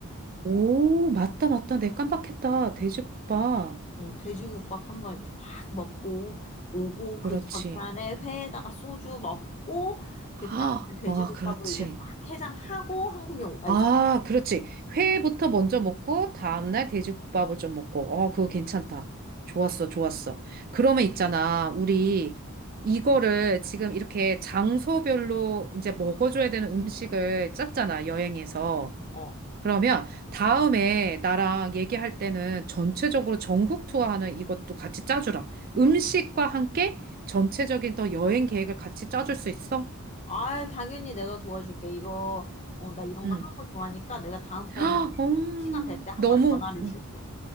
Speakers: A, on the right; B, on the left.
A: 오, 맞다, 맞다. 내가 깜빡했다. 돼지국밥.
B: 응, 돼지국밥 한번 이렇게 딱 먹고 오고
A: 그렇지.
B: 그 전날에 회에다가 소주 먹고
A: 아,
B: 그 다음에 돼지국밥으로
A: 아, 그렇지.
B: 이제 딱 해장하고 한국에 오, 아니,
A: 아, 그렇지. 회부터 먼저 먹고, 다음날 돼지국밥을 좀 먹고. 어, 그거 괜찮다. 좋았어, 좋았어. 그러면 있잖아. 우리 이거를 지금 이렇게 장소별로 이제 먹어줘야 되는 음식을 짰잖아, 여행에서.
B: 어. 어.
A: 그러면 다음에 나랑 얘기할 때는 전체적으로 전국 투어하는 이것도 같이 짜주라. 음식과 함께 전체적인 또 여행 계획을 같이 짜줄 수 있어?
B: 아, 당연히 내가 도와줄게. 이거, 어, 나 이런
A: 응.
B: 거 하는 거 좋아하니까 내가 다음번에
A: <gasps> 음,
B: 시간 될 때 한번
A: 너무
B: 전화를 줄게.